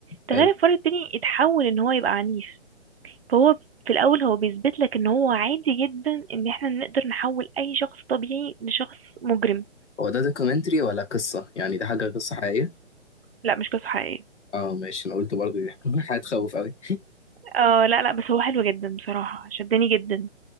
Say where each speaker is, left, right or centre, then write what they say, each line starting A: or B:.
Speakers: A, on the right; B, on the left.
A: تخيل
B: حلو
A: الفار التاني اتحول إن هو يبقى عنيف فهو في الاول هو بيثبت لك ان هو عادي جدا ان احنا نقدر نحول اي شخص طبيعي لشخص مجرم
B: هو ده دوكيومنتري ولا قصة يعني ده حاجة قصة حقيقية
A: لا مش قصة حقيقية
B: اه ماشي انا قلت برضه دي <laughs> حاجة تخوف قوي
A: اه لا لا بس هو حلو جدا بصراحة شدني جدا